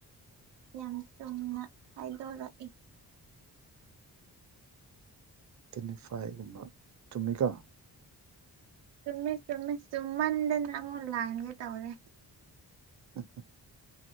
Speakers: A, on the right; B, on the right.
A: ꯌꯥꯝ ꯆꯨꯝꯅ ꯍꯥꯏꯗꯣꯔꯛꯏꯦ
B: ꯇꯅꯤꯐꯥꯏꯒꯨꯝꯕ ꯇꯃꯤꯀ
A: ꯆꯨꯝꯃꯤ ꯆꯨꯝꯃꯤ ꯆꯨꯝꯃꯟꯗꯅ ꯑꯃꯨꯛ ꯂꯥꯟꯒꯦ ꯇꯧꯔꯦ
B: ꯑ <unintelligible>